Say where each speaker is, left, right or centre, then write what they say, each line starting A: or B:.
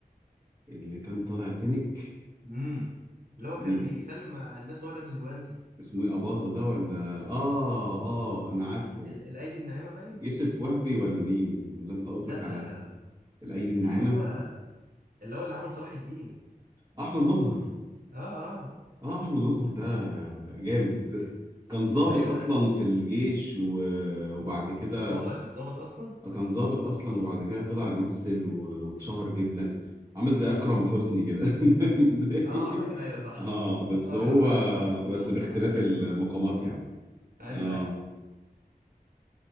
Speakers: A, on the right; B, on the right.
A: <laughs> اللي كان طالع تنك
B: امم اللي هو
A: مين
B: كان بيسلم على الناس وهو لابس جوانتي
A: اسمه ايه اباظه ده ولا اه اه انا عارفه
B: ال- الايدي الناعمه باين
A: يوسف وهبي ولا مين ولا انت قصدك
B: لا
A: على
B: آه،
A: الايدي الناعمه
B: اللي هو اللي هو اللي عمل صلاح الدين
A: احمد مظهر
B: اه اه
A: اه احمد مظهر ده جامد <laughs> كان ضابط
B: ايوه
A: اصلا في الجيش و- وبعد كده
B: لا والله كان ظابط اصلا
A: كان ضابط اصلا وبعد كده طلع يمثل و- واتشهر جدا عامل زي اكرم حسني كده <laughs> زي
B: اه حاجه ايوه صح
A: اه بس
B: <laughs> واكرم
A: هو
B: حسني برضه كان
A: بس
B: ظابط
A: باختلاف
B: صح
A: المقامات يعني
B: ايوه
A: اه
B: أيوة.